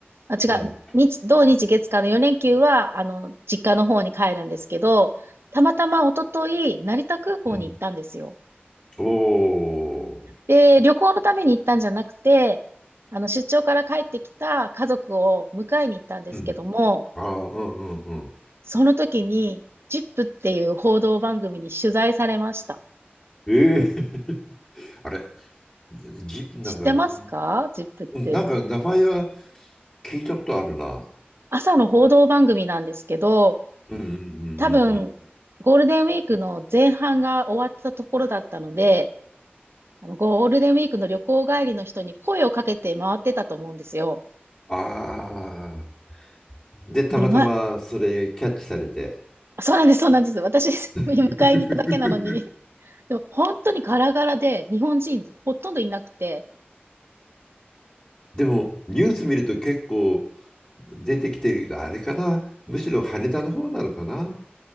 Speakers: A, on the right; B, on the left.
A: あ、違う。
B: うん、
A: 日、土日月間の4連休は、あの、実家の方に帰るんですけど、たまたま一昨日、成田空港に行ったんですよ。
B: うん。おー、
A: で、旅行のために行ったんじゃなくて、あの、出張から帰ってきた家族を迎えに行ったんですけども、
B: うん。ああ、うんうんうん。
A: その時に、ジップっていう報道番組に取材されました。
B: ええ <laughs> あれ、ぎ、なんか、
A: 知ってますかジップって。
B: うんなんか名前は聞いたことあるな。
A: 朝の報道番組なんですけど、
B: うんうんうんうんうん。
A: 多分、ゴールデンウィークの前半が終わったところだったので、あのゴールデンウィークの旅行帰りの人に声をかけて回ってたと思うんですよ。
B: ああ、で、たまたまそれキャッチされて。
A: でもな、そうなんです、そうなんです。私、<laughs> 迎えに行っただけなのに。
B: <laughs>
A: <laughs> でも本当にガラガラで、日本人ほとんどいなくて、
B: でもニュース見ると結構出てきてるけど、あれかな、むしろ羽田の方なのかな。